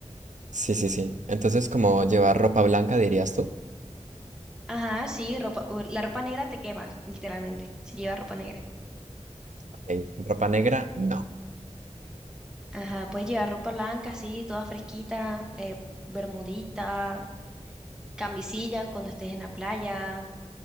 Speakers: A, on the right (about 85°); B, in the centre.
A: Sí, sí, sí. Entonces, como llevar ropa blanca, dirías tú?
B: Ajá, sí, ropa, u- la ropa negra te quema, literalmente, si llevas ropa negra.
A: Ok. ¿Ropa negra? No.
B: Ajá, puedes llevar ropa blanca, sí, toda fresquita, eh, bermudita, camisilla cuando estés en la playa